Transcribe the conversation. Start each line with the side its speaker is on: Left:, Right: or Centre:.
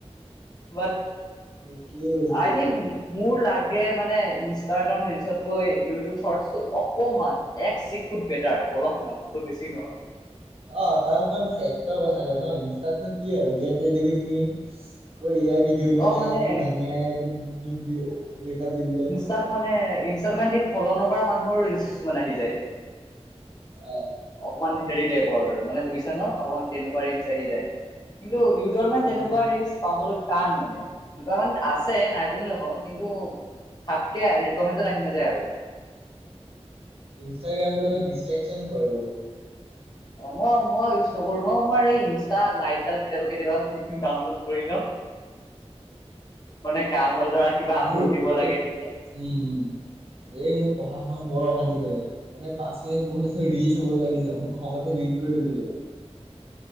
Left: বাট
Right: একেই বস্তু
Left: আই থিংক - মোৰ লাগে মানে ইনষ্টাগ্ৰাম ৰিলচতকৈ ইউটিউব শৰ্টছটো অকমান - এক চিকুট বেটাৰ অলপমান বহুত বেছি নহয়।
Right: অ তাৰ অকণ ফেকটৰ কথা কয় ন ইনষ্টাতনো কি আৰু গেট ৰেডি ইউথ মি। ক এ আই ভিডিঅ' বিলাক
Left: অ'
Right: আহে
Left: মানে
Right: ক ধনিয়াইো তোক দুখ দি ব্ৰেকআপ দি দিলে।
Left: তাত মানে ইনষ্টাআইডিত ফ্লু নকৰা মানুহৰো ৰিলচ কিছুমান আহি যায়।
Right: অ।
Left: অকমান হেৰি টাইপৰ মানে বুজিছা ন অকণমান তেনেকুৱা ৰিলচ আহি যায়। কিন্তু ইউটিউবৰ মানে
Right: বুজিছো
Left: তেনেকুৱা
Right: বুজিছো
Left: ৰিলচ পাবলৈ - টান মানে, এনেকুৱা মানে আছে নাই বুলি নকওঁ কিন্তু - ফাতকে ৰিকমেণ্ডড আহি নাযায় আৰু।
Right: ইনষ্টাগ্ৰামটো ডিষ্টট্ৰেকশ্যন কৰে বহুত।
Left: অ মই মই ইউজ নকৰো মই ম‌ই এই ইনষ্টা লাইটডাল কেতিয়াবা কেতিয়াবা ডাউনলোড কৰি ল‌ও।
Right: <inaudible>
Left: মানে কাম হ'ল ধৰা কিবা
Right: মোৰ
Left: আপলোড দিব লাগে
Right: এই
Left: তেতিয়া।
Right: উম, এই মোৰ পঢ়া সময়ত বৰ অশান্তি কৰে। মানে পাঁচ মিনিট পঢ়ো তাৰপিত ৰিল হ'ব লাগি যাও মই খংতে ডিলিট কৰি দিও কেতিয়াবা।